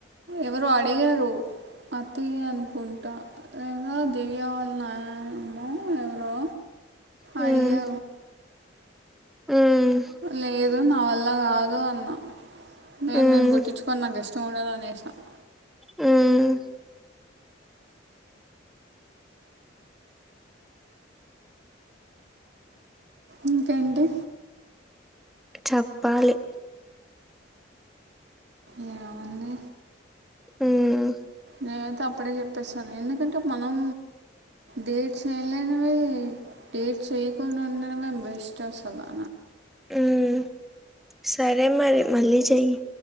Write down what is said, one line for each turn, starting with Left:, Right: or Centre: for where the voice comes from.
Right: ఎవరో అడిగారు అతి అనుకుంటా లేద దివ్య వాళ్ళాయనేమో ఎవరో
Centre: మ్మ్
Right: అయ్యో
Centre: మ్మ్
Right: లేదు నా వల్ల కాదు అన్నా నేను
Centre: మ్మ్
Right: నేను కుట్టిచ్చుకోని నాకు ఇష్టం ఉండదని అనేసాను
Centre: మ్మ్
Right: ఇంకేంటి
Centre: చెప్పాలి
Right: ఏముంది
Centre: హ్మ్
Right: నేనైతే అప్పుడే చెప్పేస్తాను ఎందుకంటే మనం డేట్స్ ఏం లేనివి ఏం చేయకుండా ఉండడమే బెస్ట్ అసలా
Centre: మ్మ్ సరే మరి మళ్ళీ చెయ్యి